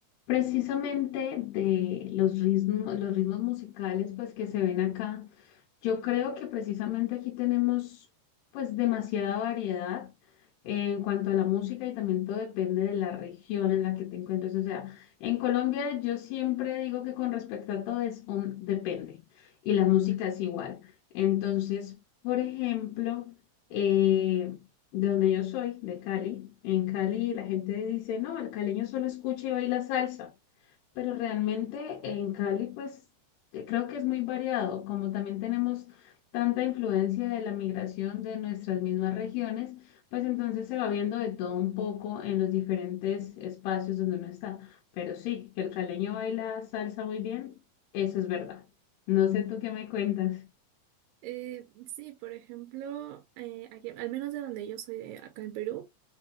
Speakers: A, on the left; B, on the right.
A: Precisamente de los ritmos, los ritmos musicales pues que se ven acá, yo creo que precisamente aquí tenemos pues demasiada variedad en cuanto a la música y también todo depende de la región en la que te encuentres. O sea, en Colombia yo siempre digo que con respecto a todo es un depende y la música es igual. Entonces, por ejemplo, eh, de donde yo soy, de Cali. En Cali
B: Sí.
A: la gente dice, no, el caleño solo escucha y baila salsa, pero realmente en Cali pues eh, creo que es muy variado, como también tenemos tanta influencia de la migración de nuestras mismas regiones, pues entonces se va viendo de todo un poco en los diferentes espacios donde uno está. Pero sí, que el caleño baila salsa muy bien, eso es verdad. No sé tú qué me cuentas.
B: Eh, sí, por ejemplo, eh, aquí- al menos de donde yo soy, de acá en Perú,